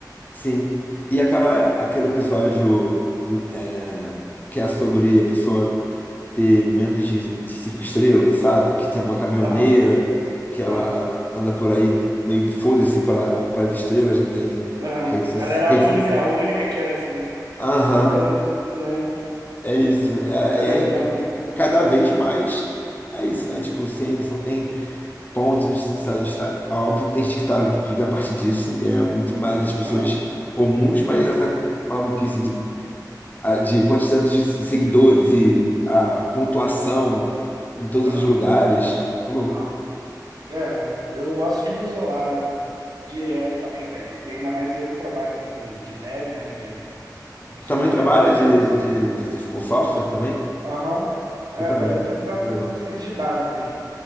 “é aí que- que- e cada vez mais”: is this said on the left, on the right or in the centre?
Left